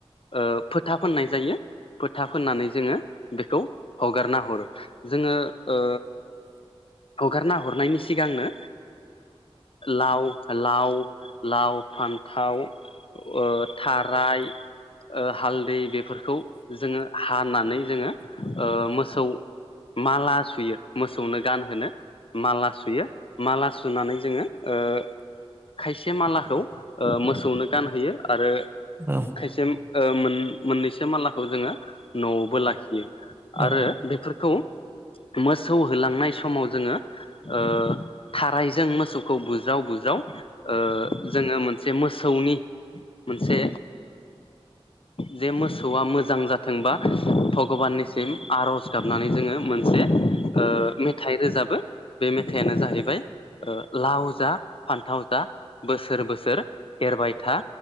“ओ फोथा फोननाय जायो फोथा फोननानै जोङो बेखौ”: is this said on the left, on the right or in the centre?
Left